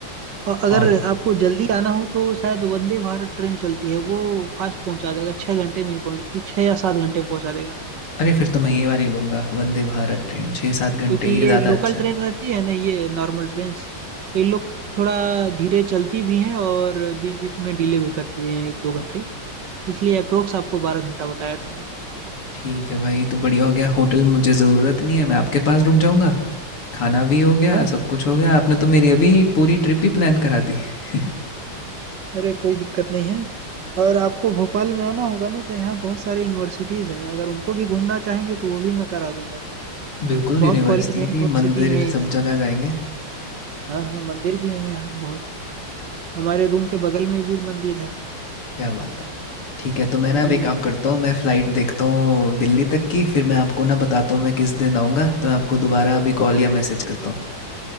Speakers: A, on the right; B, on the left.
A: और अगर
B: और
A: आपको जल्दी आना हो तो शायद वंदे भारत ट्रेन चलती है वो फास्ट पहुंचा देगा छह घंटे में ही पहुंच छह या सात घंटे में पहुंचा देगा
B: अरे! फिर तो मैं ये वाली लूँगा वंदे भारत ट्रेन 6-7 घंटे
A: क्योंकि ये
B: ये ज़्यादा
A: लोकल
B: अच्छा
A: ट्रेन
B: है।
A: रहती है ना ये नॉर्मल ट्रेन ये लोग थोड़ा धीरे चलती भी हैं और बीच बीच में डिले भी करती हैं एक दो घंटे इसलिए अप्रोक्स आपको बारह घंटा बताया था मैं
B: ठीक है भाई, ये तो बढ़िया हो गया होटल मुझे ज़रूरत नहीं है, मैं आपके पास रुक जाऊँगा। खाना भी हो गया,
A: हाँ हाँ
B: सब कुछ हो गया, आपने तो मेरी अभी पूरी ट्रिप ही प्लान करा दी। <laughs>
A: अरे कोई दिक्कत नहीं है और आपको भोपाल में आना होगा ना तो यहाँ बहुत सारे यूनिवर्सिटीज हैं अगर उनको भी घूमना चाहेंगे तो वो भी मैं करा दूंगा
B: बिल्कुल,
A: बहुत
B: यूनिवर्सिटी
A: कॉलेज है यूनिवर्सिटी
B: भी, मंदिर,
A: है इधर
B: सब जगह जाएँगे।
A: हाँ हाँ मंदिर भी है यहाँ बहुत हमारे रूम के बगल में भी मंदिर है
B: क्या बात है! ठीक है, तो मैं ना
A: हम्म
B: अब एक
A: हम्म
B: काम करता हूँ, मैं फ़्लाइट देखता हूँ दिल्ली तक की, फिर मैं आपको ना बताता हूँ मैं किस दिन आऊँगा, तो मैं आपको दोबारा अभी कॉल या मैसेज करता हूँ।